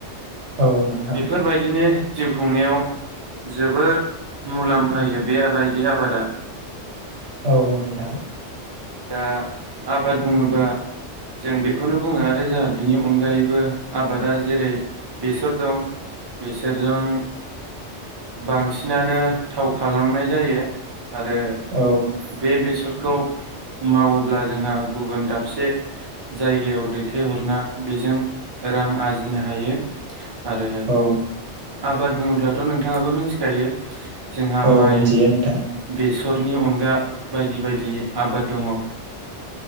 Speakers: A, on the right; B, on the right.
A: औ नोंथां
B: बेफोरबायदिनो जिउ खुंनायाव जोबोर मुलाम्फा होयो बे बायदि आबादा
A: औ नोंथां
B: दा आबाद बुङोबा जों बेखौनो बुङो आरो जोंहा बिनि अनगायैबो आबादा जेरै बेसर दं बेसरजों बांसिनानो थाव खालामनाय जायो। आरो
A: औ
B: बे बेस फोरखौ मावोब्ला जोंहा गुबुन दाबसे जायगायाव दैथायहरना बेजों रां आरजिनो हायो। आरो
A: औ
B: आबाद बुङोब्लाथ' नोंथाङाबो मिथिखायो जोंहा
A: औ
B: माइ
A: मिथियो नोंथां
B: बेसरनि अनगा गा बायदि बायदि आबाद दङ